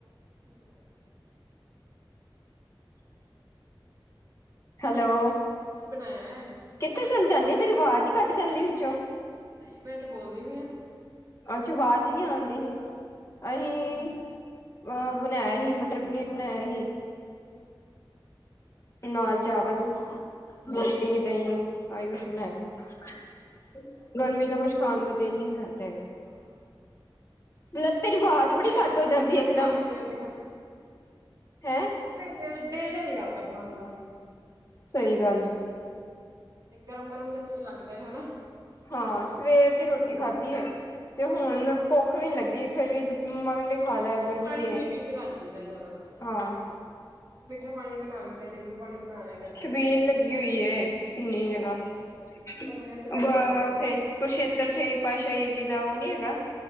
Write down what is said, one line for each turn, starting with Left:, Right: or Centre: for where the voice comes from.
Right: ਕੀ ਬਣਾਏਆ?
Left: ਹੈਲੋ
Right: ਕੀ ਬਨਾਏਐ?
Left: ਕਿੱਥੇ ਚੱਲ ਜਾਂਨੀ ਏ? ਤੇਰੀ ਵਾਜ ਈ ਕਾੱਟ ਜਾਂਦੀ ਵਿਚੋ।
Right: ਨਈ ਮੈਂ ਤੇ ਬੋਲਨੀ ਪੀ ਆਂ।
Left: ਅੱਛਾ, ਵਾਜ ਹੀ ਨੀ ਆਂਦੀ ਹੀ। ਅਹੀਂ ਅ ਬਨਾਏਆ ਹੀ ਮਟਰ-ਪਨੀਰ ਬਨਾਏਆ ਹੀ।
Right: ਅੱਛਾ।
Left: ਨਾਲ ਚਾਵਲ, ਰੋਟੀ, ਦਹੀਂ ਆਹੀ ਕੁਛ ਬਣਾਯਾ ਸੀ। ਗਰਮੀ ਚ ਤਾਂ ਕੁਛ ਖਾਣ ਦਾ ਦਿਲ ਈ ਨੀ ਕਰਦਾ ਹੈਗਾ।
Right: ਹਾਂ
Left: ਲ ਤੇਰੀ ਵਾਜ
Right: ਤੇ ਆਪ ਸਵੇਰ
Left: ਬੜੀ ਘਾੱਟ
Right: ਦੀ
Left: ਹੋ
Right: ਖਾ
Left: ਜਾਂਦੀ
Right: ਮੈਂ
Left: ਏ ਇੱਕ
Right: ਤੇ
Left: ਦਮ।
Right: ਆਪ ਸਵੇਰ
Left: ਹੈਂ
Right: ਤੇ ਦੇਲ, ਦੇਲ ਜੇਆ ਨੀ ਕਾਰਦਾ ਖਾਣ ਦਾ।
Left: ਸਈ ਗਾੱਲ ਏ।
Right: ਅਪਨੀ ਗਰਮ-ਗਰਮ ਤੇ ਅਸੀ ਬਨਾ ਲੈਦੇ ਹਨਾ।
Left: ਹਾਂ ਸਵੇਰ ਦੀ ਰੋਟੀ ਖਾਧੀ ਏ। ਤੇ ਹੁਣ
Right: ਹਮ
Left: ਭੁੱਖ ਨੀ ਲੱਗੀ ਫੇਰ ਵੀ ਮੰਮਾ ਕਹਿੰਦੇ ਹਾਲੈ
Right: ਇੱਕ
Left: ਗਰਮੀ
Right: ਪਾਣੀ
Left: ਏ
Right: ਪੀ ਪੀ ਕੇ ਰੱਜ ਜੀਦਾ ਜ਼ਿਆਦਾ
Left: ਹਾਂ।
Right: ਮਿੱਠਾ ਪਾਣੀ ਬਣਾ ਲੈਂਦੇ ਨੇ। ਨਿੰਬੂ ਪਾਣੀ ਬਣਾ ਰਿ
Left: ਛਬੀਲ ਲੱਗੀ ਹੋਈ ਏ ਕਿੰਨੀ ਜਗ੍ਹਾ ਅ
Right: ਪਤਾ ਨੀ ਅਸੀਂ ਘਰੇ
Left: ਬ
Right: ਬਣਾ ਲੈਂਦੇ
Left: ਓਥੇ
Right: ਹਾਂ
Left: ਕੁਰਸ਼ੇਤਰ ਛੇਵੀਂ ਪਾਤਸ਼ਾਹੀ ਜੀ ਦਾ ਉਹ ਨੀ ਹੈਗਾ